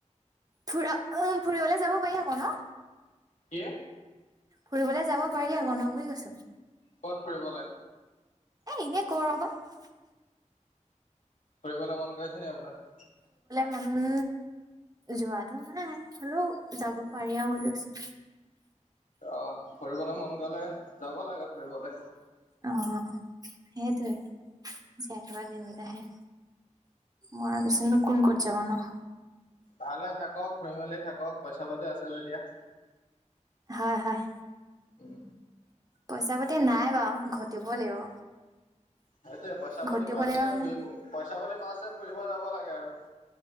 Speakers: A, on the right; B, on the left.
A: ফুৰা অ ফুৰিবলে যাব পাৰি আকৌ ন
B: কি
A: ফুৰিবলৈ যাব পাৰি আকৌ ন বুলি কৈছো
B: কত ফুৰিবলে
A: এ এনেই কৰ বাত
B: কৰিবলে মন গৈছে আছে নাই আপোনাৰ
A: মানে যোৱাটো নাই হলেও যাব পাৰি আৰু দিয়কচোন
B: অহ ফুৰিবলে মন গ'লে যাব লাগে কৰবাল
A: অ সেইটোৱে জীয়াই থকা দিন কেতাহে মৰা পিছতনো কোন কত জাব ন
B: ভালে থাকক ফুৰি মেলি থাকক পইচা পাতি আছে যেতিয়া
A: হয় হয়
B: উম
A: পইচা পাতি নাই বাৰু ঘটিব লাগিব
B: সেইটোৱে পইচা পাতি
A: ঘটিব
B: পাইছে
A: লাগিব মানে
B: ফুৰিব পইচা পাতি পাইছে ফুৰিব যাব লাগে আৰু